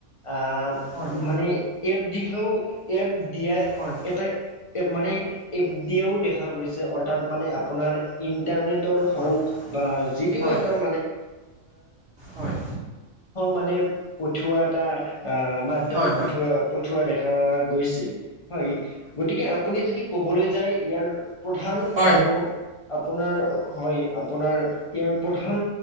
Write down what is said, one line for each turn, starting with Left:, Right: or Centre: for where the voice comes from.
Left: আহ
Right: হয়
Left: মানে এপ দিশাও এপ দিয়া
Right: হয়
Left: এটা এ মানে এপ দিয়েও দেখা গৈছে অৰ্থাৎ মানে আপোনাৰ ইন <unintelligible>
Right: হয় হয় হয় হয়
Left: মানে পঠওৱা এটা অ', মাধ্যম
Right: হয়
Left: পাঠেৱা পঠা দেখা আহ গৈছে হয় গতিকে আপুনি যদি ক'বলৈ যায় ইয়াৰ প্ৰধান
Right: হয়
Left: আৰু
Right: হয়
Left: আপোনাৰ হয় আপোনাৰ ইয়াৰ প্ৰধান